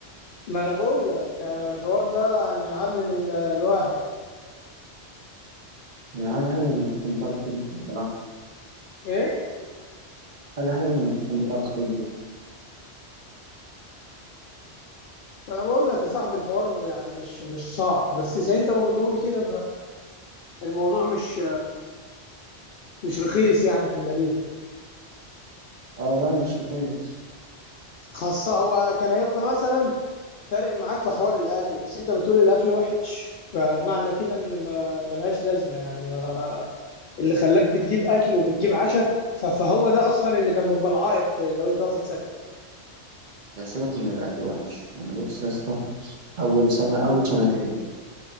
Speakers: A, on the left; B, on the right.
A: ما انا بقول لك آه، الحوار ده يعني علم ال- الواحد
B: هي حاجة حلوة إنك تكون بتعرف تطبخ بصراحة
A: ايه
B: حاجة حلوة إنك تكون بتعرف تطبخ
A: ما انا بقول لك يا صاحبي الحوار يعني مش مش صعب بس زي انت ما بتقول كده فالموضوع مش مش رخيص يعني في المدينه
B: أه لا مش رخيص
A: خاصه هو كان هيبقى مثلا فارق معاك في حوار الاكل بس انت بتقول الاكل وحش فمعنى كده ان ما ملهاش لازمه يعني ما اللي خلاك بتجيب اكل وبتجيب عشاء ف- فهو ده اصلا اللي كان بيبقى العائق في لو انت واخد سكن
B: لا سيبك من الأكل الوحش يعني بص يا اسطى أول سنة أول سنتين